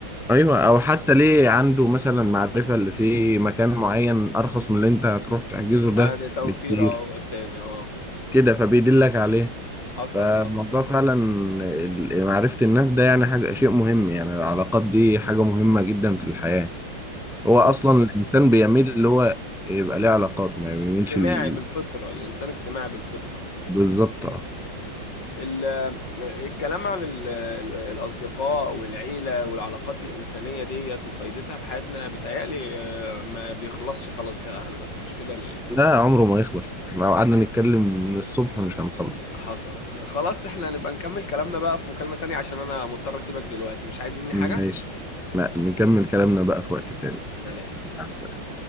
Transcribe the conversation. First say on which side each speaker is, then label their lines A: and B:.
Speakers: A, in the centre; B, on the left (about 60°).
A: ايوه
B: واخد بالك
A: او حتى ليه عنده مثلا معرفه اللي في مكان معين ارخص من اللي انت هتروح تحجزه ده
B: آه، ده توفير
A: بكتير
B: اه والتاني اه
A: كده فبيدلك عليه
B: حصل
A: فالموضوع
B: حصل
A: فعلا ال- معرفه الناس ده يعني حاجه شيء مهم يعني العلاقات دي حاجه مهمه جدا في الحياه هو
B: والله
A: اصلا الانسان
B: امم
A: بيميل اللي هو يبقى ليه علاقات ما بيميلش
B: اجتماعي
A: ال...
B: بالفطرة الانسان اجتماعي بالفطرة
A: بالظبط اه
B: ال- الكلام عن ال- ال- الأصدقاء والعيلة والعلاقات الإنسانية ديت وفايدتها في حياتنا بتهيألي آه، ما بيخلصش خلاص يا هندسة مش كده ولا إيه؟
A: لا عمره ما يخلص لو قعدنا نتكلم من الصبح مش هنخلص
B: حصل خلاص احنا نبقى نكمل كلامنا بقى في مكالمة تانية عشان أنا مضطر أسيبك دلوقتي مش عايز مني
A: ماشي
B: حاجة؟
A: لا نكمل كلامنا بقى في وقت تاني
B: سلام
A: مع السلامة.